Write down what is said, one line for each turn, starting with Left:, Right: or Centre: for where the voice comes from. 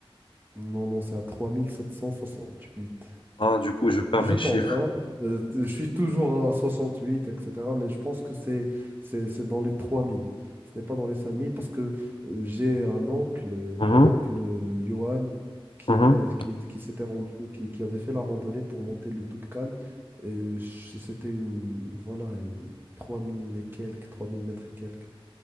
Right: Non, non, c'est à 3768.
Left: Ah, du coup, je perds
Right: Je
Left: mes
Right: pense,
Left: chiffres.
Right: hein. Euh, je suis toujours à 68, etc. Mais je pense que c'est c'est, c'est dans les 3000. Ce n'est pas dans les 5000 parce que euh, j'ai un oncle, euh,
Left: Mhm,
Right: mon oncle euh, Johan, qui
Left: mhm.
Right: était, qui était, qui s'était rendu, qui, qui avait fait la randonnée pour monter le Toubkal. Et euh, c- c'était une, voilà, une 3000 et quelques, 3000 mètres et quelques.